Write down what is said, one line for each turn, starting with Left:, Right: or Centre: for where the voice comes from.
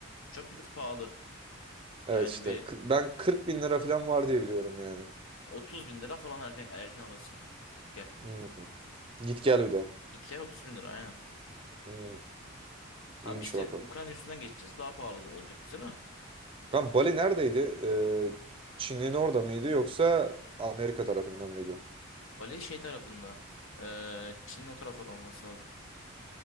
Left: uçak bileti pahalı.
Right: Evet
Left: Yani
Right: işte.
Left: bir
Right: K- Ben 40 bin lira falan var diye biliyorum yani.
Left: 30 bin lira falan erken erken alırsın. Git gel.
Right: Hmm. Git gel bir de.
Left: Git gel 30 bin lira aynen.
Right: Hmm.
Left: Hem
Right: İyiymiş
Left: işte
Right: bak o.
Left: Ukrayna üstünden geçeceğiz. Daha pahalı olacak bize de.
Right: Kanka Bali neredeydi? Ee, Çin'in orada mıydı yoksa Amerika tarafından mıydı?
Left: Bali şey tarafında. Ee, Çin'in o tarafları olması lazım.